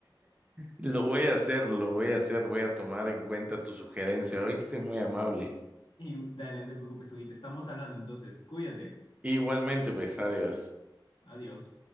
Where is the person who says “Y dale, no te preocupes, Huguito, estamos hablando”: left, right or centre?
Left